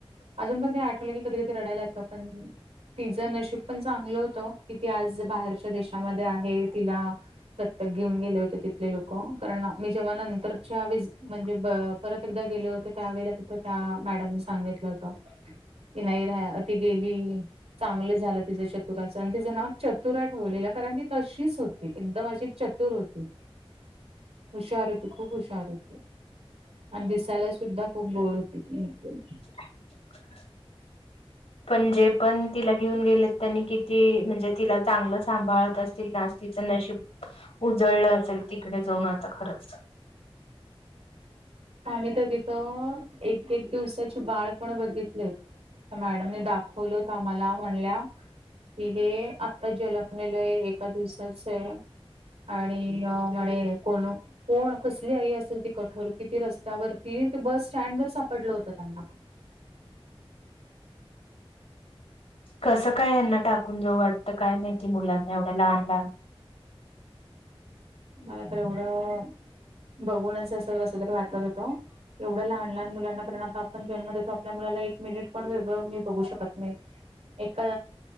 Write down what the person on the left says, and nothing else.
<inaudible> पण जे पण तिला घेऊन गेलेत त्यांनी किती म्हणजे तिला चांगलं सांभाळत अस तील नं आज तीच नशीब उजळलं असेल तिकडे जाऊन आता खरंच
कसं काय ह्यांना टाकून जावू वाटतं काय माहिती मुलांना एवढं लहान लहान